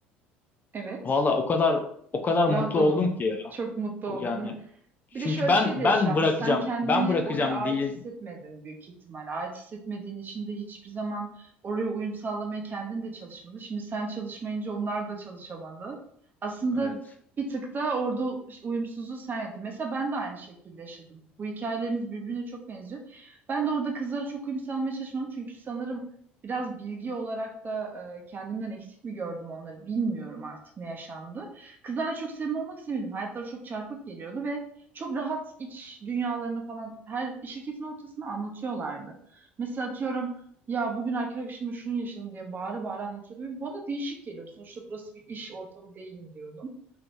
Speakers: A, on the right; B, on the left.
A: Evet.
B: Valla o kadar o kadar mutlu
A: Rahatladın.
B: oldum ki ya.
A: Çok mutlu
B: O
A: oldun
B: Yani
A: değil mi?
B: çünkü
A: Bir de şöyle
B: ben
A: bir şey de yaşanmış.
B: ben bırakacağım.
A: Sen kendini
B: Ben bırakacağım
A: oraya ait
B: değil.
A: hissetmedin büyük ihtimal. Ait hissetmediğin için de hiçbir zaman oraya uyum sağlamaya kendin de çalışmadı. Şimdi sen çalışmayınca onlar da çalışamadı. Aslında
B: Evet.
A: bir tık da orada uyumsuzluğu sen yaptın. Mesela ben de aynı şekilde yaşadım. Bu hikayelerimiz birbirine çok benziyor. Ben de orada kızlara çok uyum sağlamaya çalışmadım. Çünkü sanırım biraz bilgi olarak da e, kendimden eksik mi gördüm onları bilmiyorum artık ne yaşandı. Kızlarla çok samimi olmak istemedim. Hayatları çok çarpık geliyordu ve çok rahat iç dünyalarını falan her şirketin ortasında anlatıyorlardı. Mesela atıyorum ya bugün arkadaşımla şunu yaşadım diye bağıra bağıra anlatıyordum. Bana değişik geliyor. Sonuçta burası bir iş ortamı değil diyordum.